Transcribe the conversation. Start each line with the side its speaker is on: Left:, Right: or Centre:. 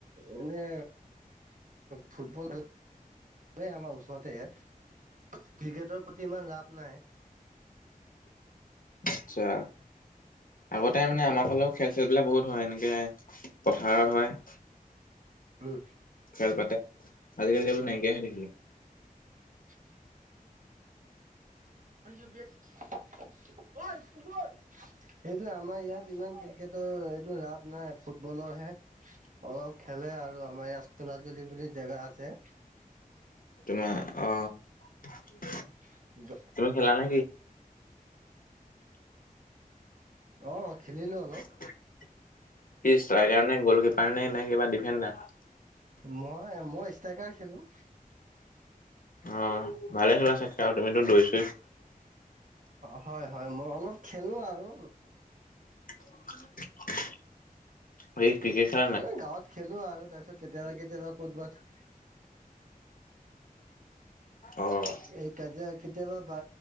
Right: এনে ফুটবল খেলে এই আমাৰ ওচৰতে ইয়াত, ক্ৰিকেটৰ প্ৰতি ইমান ৰাপ নাই।
Left: আচ্ছা। আগতে মানে আমাৰ ফালেও খেল চেলবিলাক বহুত হয়, এনেকৈ পথাৰত হয়।
Right: উম।
Left: খেল পাতে, আজিকালি এইবোৰ নাইকিয়াই হৈ থাকিলে।
Right: <inaudible> <inaudible> সেইটোয়েই, আমাৰ ইয়াত ইমান ক্ৰিকেটৰ এইটো ৰাপ নাই, ফুটবলৰ হে। অলপ খেলে আৰু আমাৰ ইয়াত চোণাজুলি বুলি জেগা আছে।
Left: তোমাৰ অহ।
Right: <unintelligible> জ
Left: তুমি খেলা নেকি?
Right: অ', খেলিলো অলপ।
Left: কি ষ্ট্ৰাইকাৰ নে, গলকিপাৰ নে, নে কিবা ডিফেণ্ডাৰ।
Right: মই, মই ষ্ট্ৰাইকাৰ খেলো।
Left: অ', ভালে খেলা চাগে তুমিতো দৌৰিছো
Right: হয় হয় মই অলপ খেলো আৰু।
Left: <unintelligible> ভেতই ক্ৰিকেচা
Right: এনেই গাঁৱত খেলো আৰু তাৰপিছত কেতিয়াবা কেতিয়াবা ক'তবাত।
Left: অ'
Right: এই কাজিয়া কেতিয়াবা